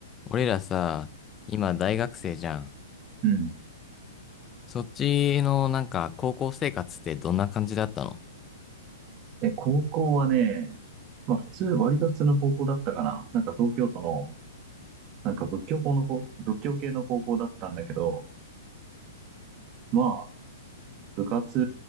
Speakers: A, on the left; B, on the right.
A: 俺らさ、今大学生じゃん。
B: うん。
A: そっちのなんか高校生活ってどんな感じだったの
B: え、高校はね、まあ普通、割と普通の高校だったかな。なんか東京都の、なんか仏教校の高仏教系の高校だったんだけど、まあ、部活